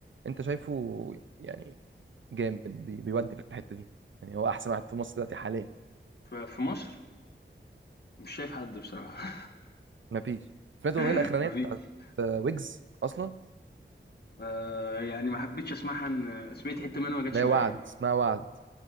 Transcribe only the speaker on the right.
انت شايفه يعني جامد بي- بيودي في الحته دي يعني هو احسن واحد في مصر دلوقتي حاليا
مفيش سمعت الاغنيه
الاخرانيه
بتاعت ويجز اصلا اللي
هي
وعد
اسمها وعد